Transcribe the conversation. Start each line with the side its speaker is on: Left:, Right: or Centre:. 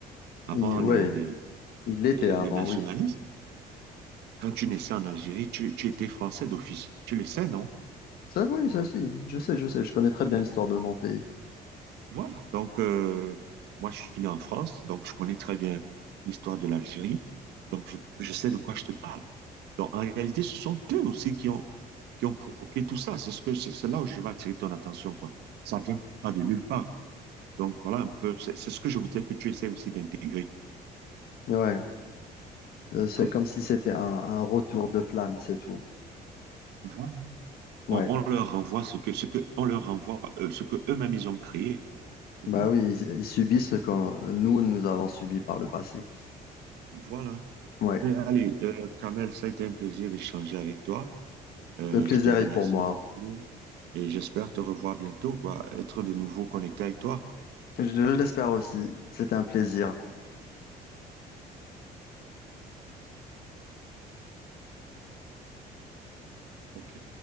Right: avant
Left: Il, ouais,
Right: les, les-
Left: il l'était
Right: les-
Left: avant,
Right: le nationalisme.
Left: oui.
Right: Quand tu naissais en Algérie, tu, tu étais français d'office. Tu le sais, non?
Left: Ça, oui, ça, si. Je sais, je sais. Je connais très bien l'histoire de mon pays.
Right: Voilà, donc euh, moi je suis né en France, donc je connais très bien l'histoire de l'Algérie, donc je, je sais de quoi je te parle. Donc en réalité, ce sont eux aussi qui ont, qui ont provoqué tout ça. C'est ce que, c'est c'est là où je vais attirer ton attention, quoi. Ça vient pas de nulle part. Donc voilà un peu, c'est c'est ce que je voudrais que tu essaies aussi d'intégrer.
Left: Ouais, euh, c'est
Right: Voilà.
Left: comme si c'était un, un retour de flamme, c'est tout.
Right: Voilà.
Left: Ouais,
Right: On, on leur renvoie ce que, ce que, on leur renvoie euh, ce que eux-mêmes ils ont créé. C'est
Left: bah
Right: tout.
Left: oui, ils, ils subissent ce que nous, nous avons subi par le passé.
Right: Voilà.
Left: Ouais.
Right: Ben, allez, euh, Kamel, ça a été un plaisir d'échanger avec toi. Euh,
Left: Le plaisir
Right: je te remercie
Left: est pour moi.
Right: beaucoup et j'espère te revoir bientôt, quoi, être de nouveau connecté avec toi.
Left: Je, je l'espère aussi. C'était un plaisir.
Right: Ok,